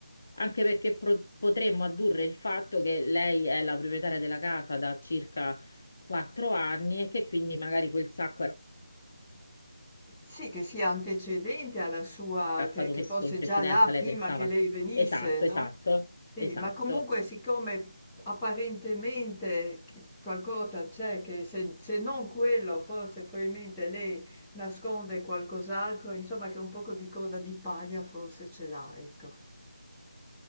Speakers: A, on the left; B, in the centre.
A: Anche perché pro- potremmo addurre il fatto che lei è la proprietaria della casa da circa quattro anni e che quindi magari quel sacco era
B: Sì, che sia antecedente alla sua,
A: stato
B: che, che
A: messo
B: fosse
A: in precedenza,
B: già là
A: lei
B: prima
A: pensava.
B: che lei venisse,
A: Esatto,
B: no?
A: esatto,
B: Sì,
A: esatto.
B: ma comunque siccome apparentemente qualcosa c'è, che se, se non quello, forse probabilmente lei nasconde qualcos'altro, insomma che un poco di coda di paglia forse ce l'ha, ecco.